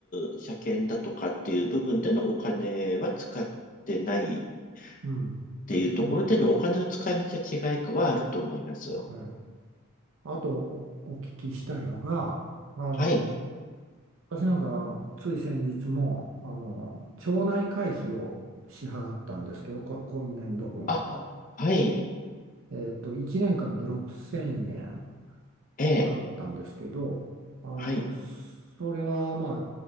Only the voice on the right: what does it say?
うん。
ですね。はい。あとお、お聞きしたいのが、あの、
私なんかあのつい先日もあの町内会費を支払ったんですけど、こ、今年度分を。
えっと、1年間で6000円
払ったんですけど、あの、
それはま